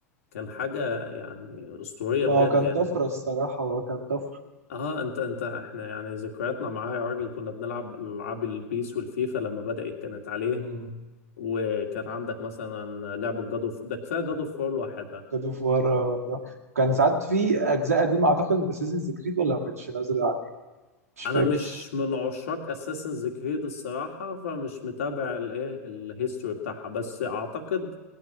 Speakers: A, on the left; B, on the right.
A: كان حاجه يعني اسطوريه
B: ما
A: بجد
B: هو كان
A: يعني
B: طفره
A: انت-
B: الصراحه هو كان طفره
A: اه انت انت احنا يعني ذكرياتنا معاه يا راجل كنا بنلعب العاب البيس والفيفا لما بدات كانت عليه
B: امم
A: وكان عندك مثلا لعبه جادو ف... ده كفايه جادو فور لوحدها
B: جاد اوف وار والله كان ساعات في اجزاء قديمه اعتقد باساسنز كريد ولا ما كانتش نازله عليه مش فاكر
A: انا مش من عشاق اساسنز كريد الصراحه فمش متابع الايه الهيستوري بتاعها بس اعتقد